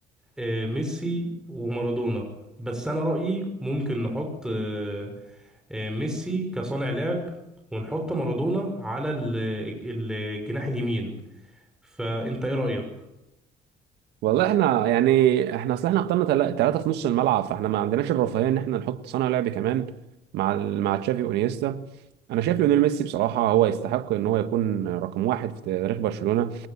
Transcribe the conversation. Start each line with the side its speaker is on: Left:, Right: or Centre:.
Centre: آه، ميسي ومارادونا بس أنا رأيي ممكن نحط آه، آه، ميسي كصانع لعب ونحط مارادونا على ال- الجناح اليمين فأنت ايه رأيك؟
Right: والله احنا يعني احنا اصل احنا اخترنا ثلاثة في نص الملعب فاحنا ما عندناش الرفاهية ان احنا نحط صانع لعب كمان مع ال- مع تشافي وانيستا انا شايف ليونيل ميسي بصراحة هو يستحق ان هو يكون رقم واحد في تاريخ برشلونة